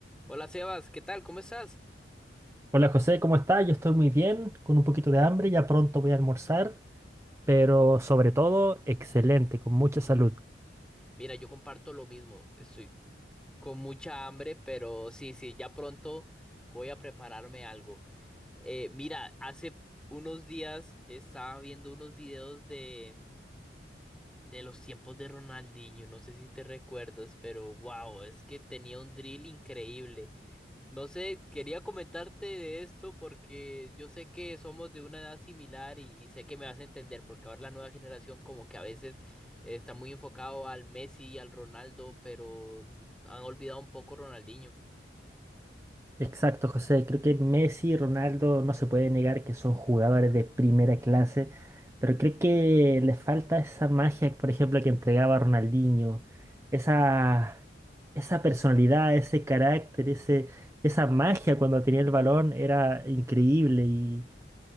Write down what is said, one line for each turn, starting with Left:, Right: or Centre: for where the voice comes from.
Centre: Hola Sebas, ¿qué tal? ¿Cómo estás?
Right: Hola José, ¿cómo estás? Yo estoy muy bien, con un poquito de hambre, ya pronto voy a almorzar, pero sobre todo, excelente, con mucha salud.
Centre: Mira, yo comparto lo mismo. Estoy con mucha hambre, pero sí, sí, ya pronto voy a prepararme algo. Eh, mira, hace unos días estaba viendo unos videos de, de los tiempos de Ronaldinho. No sé si te recuerdas, pero wow, es que tenía un drill increíble. No sé, quería comentarte de esto porque yo sé que somos de una edad similar y, y sé que me vas a entender porque ahora la nueva generación como que a veces está muy enfocado al Messi y al Ronaldo, pero han olvidado un poco Ronaldinho.
Right: Exacto, José, creo que Messi y Ronaldo no se puede negar que son jugadores de primera clase, pero creo que les falta esa magia, por ejemplo, que entregaba Ronaldinho, esa, esa personalidad, ese carácter, ese, esa magia cuando tenía el balón era increíble y...